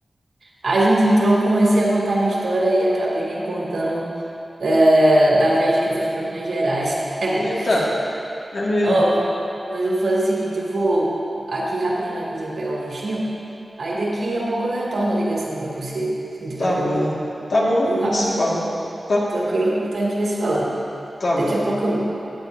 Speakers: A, on the right; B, on the left.
A: A gente entrou, comecei a contar minha história e acabei nem contando é, da viagem que eu fiz para Minas Gerais. <laughs>
B: Eita, é mesmo.
A: Ó, vou- mas eu vou fazer o seguinte, eu vou aqui rapidinho na cozinha pegar um lanchinho, aí daqui a pouco eu retorno a ligação para você, se não tiver
B: Tá
A: problema.
B: bom. Tá bom,
A: Viu? Rapidinho,
B: a gente se fala. Tá?
A: tranquilo? Então a gente vai se falando.
B: Tá bom.
A: Daqui a pouco eu vou.